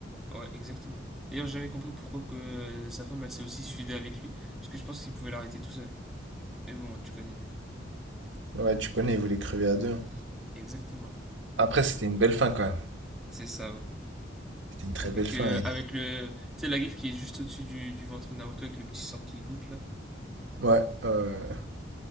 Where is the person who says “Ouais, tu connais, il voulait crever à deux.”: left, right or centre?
Right